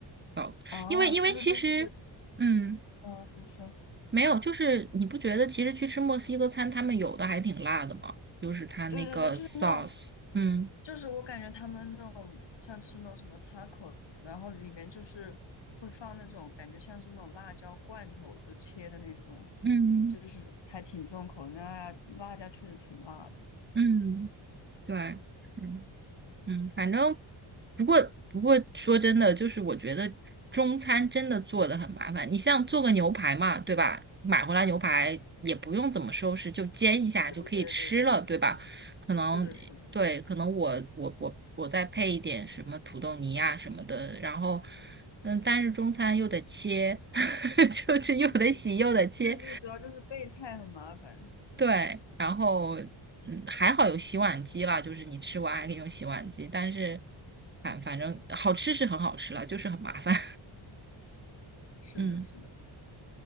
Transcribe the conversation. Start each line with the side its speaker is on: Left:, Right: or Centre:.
Right: 搞，
Left: 哦，
Right: 因为因为其实，
Left: 是不是就是
Right: 嗯，
Left: 嗯、呃你说。
Right: 没有，就是你不觉得其实去吃墨西哥餐，他们有的还挺辣的吗？就是他那个
Left: 对对对，就是那种，
Right: sauce，嗯
Left: 就是我感觉他们那种像吃那种什么 tacos，然后里面就是会放那种感觉像是那种辣椒罐头，就切的那种，
Right: 嗯
Left: 就是还挺重口的，那辣椒确实挺辣的。
Right: 嗯，对。是嗯，反正不过不过说真的，就是我觉得中餐真的做的很麻烦。你像做个牛排嘛，对吧？买回来牛排也不用怎么收拾，就煎一下就可以吃了，
Left: 对对对对，
Right: 对吧？可能对，
Left: 是的，是的。
Right: 可能我我我我再配一点什么土豆泥啊什么的，然后嗯，但是中餐又得切，<laughs> 就是又得洗又得切，
Left: 对对对，主要就是备菜很麻烦。
Right: 对，然后嗯，还好有洗碗机啦，就是你吃完还可以用洗碗机，但是反反正好吃是很好吃了，就是很麻烦。
Left: 是的，
Right: <laughs> 嗯。
Left: 是的。